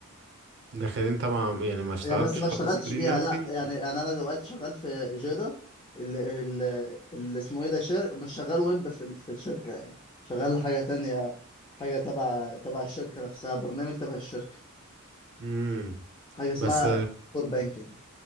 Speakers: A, on the right (about 55°); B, on the left (about 20°).
A: لكن انت ما يعني ما اشتغلتش
B: يعني بس ما
A: خالص
B: اشتغلتش
A: فريلانسنج
B: بيها لا يعني يعني انا دلوقتي شغال في اجادا اللي, اللي اسمه ايه ده شر... مش شغال ويب في ال- في الشركه يعني شغال حاجه تانية حاجه تبع تبع الشركه نفسها برنامج تبع الشركه
A: امم
B: حاجه اسمها
A: بس
B: كور بانكينج